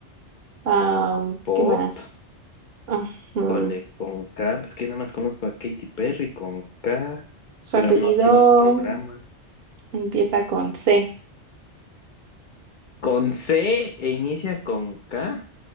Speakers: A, on the right (about 60°); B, on the left (about 55°).
A: Ah,
B: Pop,
A: ¿qué más? Ujú.
B: cole, con K, pues que nada más conozco a Katy Perry con K,
A: Su
B: pero
A: apellido
B: no tiene un programa.
A: empieza con C.
B: Con C e inicia con K.